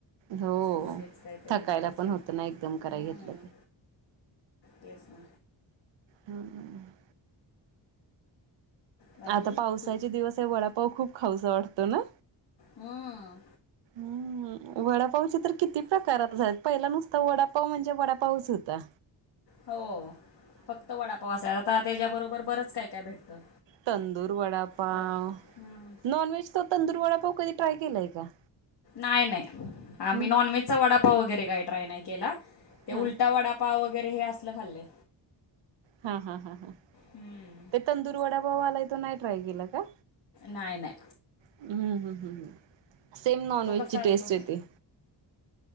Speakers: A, on the right (about 80°); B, on the left (about 60°).
A: हो,
B: मध्येच काहीतरी
A: थकायला
B: मध्येच
A: पण
B: काहीतरी
A: होत ना एकदम कराय
B: हम्म
A: घेतलं.
B: तेच ना.
A: हम्म ह.
B: बाकी
A: आता पावसाचे
B: तू
A: दिवस हे वडापाव खूप खाऊसा वाटतो ना.
B: हम्म.
A: हम्म. वडापावच्या तर किती प्रकारात झाल्यात पहिला नुसता वडापाव म्हणजे वडापावच हुत्या.
B: हो फक्त वडापावस आहे आता त्याच्याबरोबर बरंच काय काय भेटतं.
A: तंदूर वडापाव,
B: प हम्म.
A: नॉनव्हेज तंदूर कधी ट्राय केलाय का?
B: नाही नाय आम्ही
A: हम्म
B: नॉनव्हेजचा वडापाव वगैरे काय ट्राय नाही केला ते
A: हां
B: उलटा वडापा पाव वगैरे हे असलं खाल्लय
A: हा हा हा ह,
B: हम्म
A: ते तंदुर वडा पाव आलाय तो नाही ट्राय केला का?
B: नाय नाय
A: हम्म हम् हम्म ह, सेम नॉनव्हेजची
B: तो कसा असतो
A: टेस्ट येते